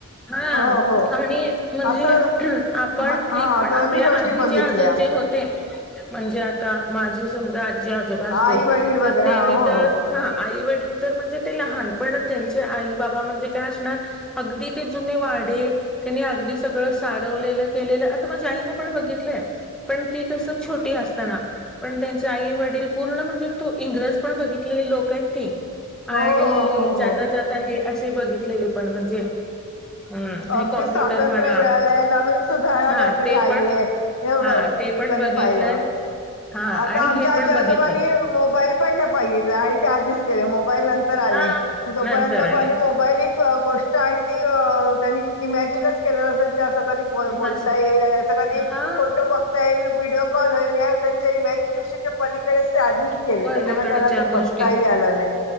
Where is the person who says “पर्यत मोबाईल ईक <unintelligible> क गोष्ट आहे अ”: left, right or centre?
Left